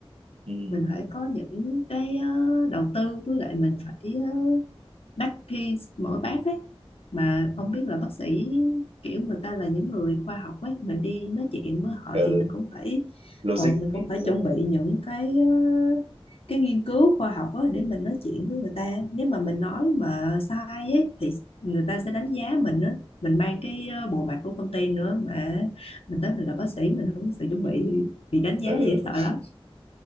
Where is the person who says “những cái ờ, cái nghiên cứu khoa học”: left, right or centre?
Left